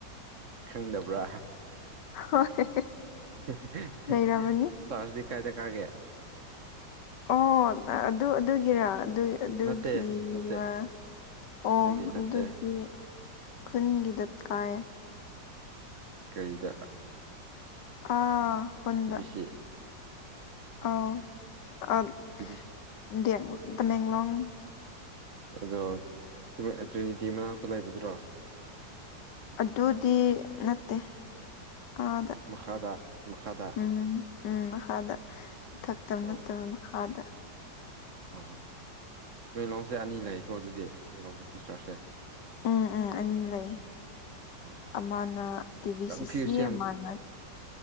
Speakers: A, on the right (about 50°); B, on the left (about 70°).
A: ꯈꯪꯗꯕ꯭ꯔꯥ
B: ꯍꯣꯏ
A: ꯆꯥꯔꯁꯇꯤ
B: ꯂꯩꯔꯝꯃꯅꯤ
A: ꯀꯥꯏꯗ ꯀꯥꯒꯦ
B: ꯑꯣ ꯑꯗꯨ ꯑꯗꯨꯒꯤꯔꯥ ꯑꯗꯨ ꯑꯗꯨꯒꯤꯔ
A: ꯅꯠꯇꯦ ꯅꯠꯇꯦ
B: ꯑꯣ
A: ꯑꯗꯨꯒꯤ ꯅꯠꯇꯦ
B: ꯑꯗꯨꯗꯤ ꯈꯨꯟꯒꯤꯗ ꯀꯥꯏ
A: ꯀꯩꯗꯥ
B: ꯑꯥ ꯍꯗ
A: ꯕꯤ ꯁꯤ
B: ꯑ ꯑ <unintelligible> <inaudible>
A: ꯇꯤꯚꯤ <inaudible> <unintelligible>
B: ꯏ ꯕꯦꯡꯡꯂꯣꯡ
A: ꯑꯗꯣ ꯇ꯭ꯔꯤꯅꯤꯇꯤ ꯃꯅꯥꯛꯇ ꯂꯩꯕꯗꯨꯔꯣ
B: ꯑꯗꯨꯗꯤ ꯅꯠꯇꯦ ꯑꯥꯗ
A: ꯃꯈꯥꯗ ꯃꯈꯥꯗ
B: ꯎꯝ ꯎꯝ ꯃꯈꯥꯗ ꯊꯛꯇꯕ
A: ꯑꯣ
B: ꯅꯠꯇꯕ ꯃꯈꯥꯗ
A: ꯑꯣ ꯇꯃꯦꯡꯂꯣꯡꯁꯦ ꯑꯅꯤ ꯂꯩꯀꯣ ꯑꯗꯨꯗꯤ ꯇꯃꯦꯡꯂꯣꯡꯕꯨ ꯇꯤꯁꯇꯔꯁꯦ
B: ꯎꯝ ꯎꯝ ꯑꯅꯤ ꯂꯩ
A: ꯑꯣ
B: ꯑꯃꯅ ꯇꯤꯚꯤ
A: ꯀꯟꯐ꯭ꯌꯨꯁ
B: ꯁꯤꯁꯤ ꯑꯃꯅ